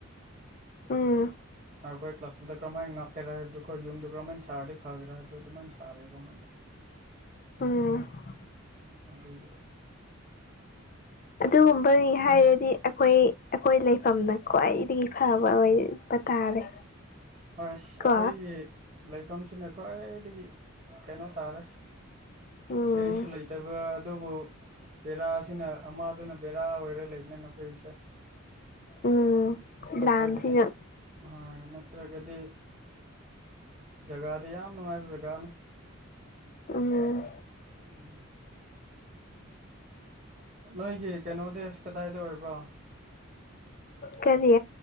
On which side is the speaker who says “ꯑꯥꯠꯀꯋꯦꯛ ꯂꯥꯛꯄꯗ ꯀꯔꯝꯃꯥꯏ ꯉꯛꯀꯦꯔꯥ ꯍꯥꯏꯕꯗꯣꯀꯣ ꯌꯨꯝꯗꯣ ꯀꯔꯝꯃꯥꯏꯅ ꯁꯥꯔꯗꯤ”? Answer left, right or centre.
Right